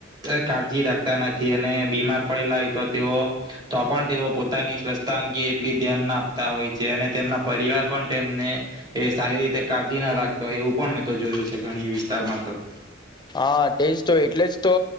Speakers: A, on the right; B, on the left.
A: કાળજી રાખતા નથી, અને બીમાર પડેલા હોય તો તેઓ તો પણ તેઓ પોતાની સ્વચ્તા અંગે એટલી ધ્યાન ના આપતા હોય છે, અને તેમના પરિવાર પણ તેમને એ સારી રીતે કાળજી ના રાખતો હોય એવું પણ તો જોયું છે, ઘણી વિસ્તારમાં તો
B: હા, તેજ તો એટલે જ તો